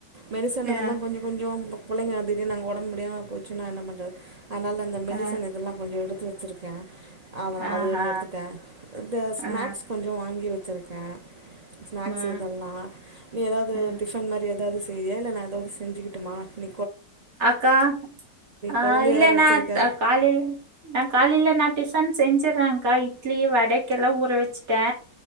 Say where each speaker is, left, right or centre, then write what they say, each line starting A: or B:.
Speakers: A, on the right; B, on the right.
A: மெடிசன்
B: ஆ
A: இதெல்லா கொஞ்சோ கொஞ்சோ புள்ளைங்க திடீர்னு அங்க ஒடம்முடியாம போச்சினா என்ன பண் அதனால அந்த மெடிசன்
B: ஆ
A: இதெல்லா கொஞ்சோ எடுத்து வச்சிருக்கே அதா
B: ஆஹா
A: அது ஒன்னு எடுத்துட்டே இந்த ஸ்நாக்ஸ்
B: ஆ
A: கொஞ்சோ வாங்கி வச் வெச்சுருக்க ஸ்நாக்ஸ்
B: ஆ
A: இதெல்லா நீ ஏதாவது
B: ஆ.
A: டிபன் மாரி ஏதாவது செய்றியா இல்ல நா ஏதாவது செஞ்சுகிட்டுமா இன்
B: அக்கா அ
A: கொழந்தைய
B: இல்ல
A: வேற
B: நா
A: வச்சுருக்க
B: க காலில நா காலில நா டிஃபன் செஞ்சிர்றேக்கா இட்லி வடக்கெல்லா ஊற வச்சுட்டே